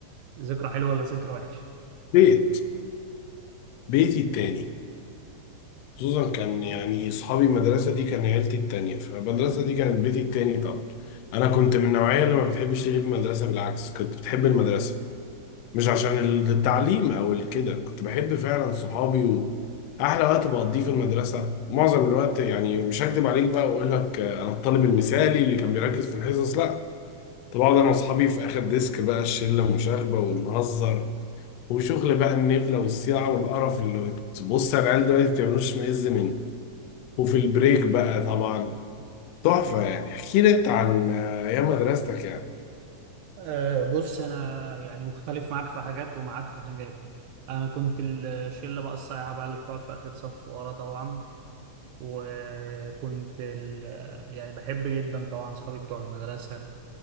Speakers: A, on the right (about 80°); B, on the left (about 75°).
A: ذكرى حلوه ولا ذكرى وحشه
B: بيت بيتي التاني خصوصا كان يعني اصحابي المدرسه دي كان عيلتي التانيه فالمدرسه دي كانت بيتي التاني طبعا انا كنت من النوعيه اللي ما بتحبش تغيب مدرسه بالعكس كنت بتحب المدرسه مش عشان التعليم او الكده كنت بحب فعلا صحابي واحلى وقت بقضيه في المدرسه معظم الوقت يعني مش هكدب عليك بقى واقول لك آه، انا الطالب المثالي اللي كان بيركز في الحصص لا طب اقعد انا واصحابي في اخر ديسك بقى الشله مشاغبه ونهزر وشغل بقى النبله والصياعه والقرف اللي تبص على العيال دلوقتي ما بتعملوش معز منه وفي البريك بقى طبعا تحفه يعني احكي لي انت عن آه، ايام مدرستك يعني
A: أه بص انا يعني مختلف معاك في حاجات ومعاك في حاجات انا كنت الشله بقى الصايعه بقى اللي بتقعد في اخر صف ورا طبعا وكنت ال... يعني بحب جدا طبعا صحابي بتوع المدرسة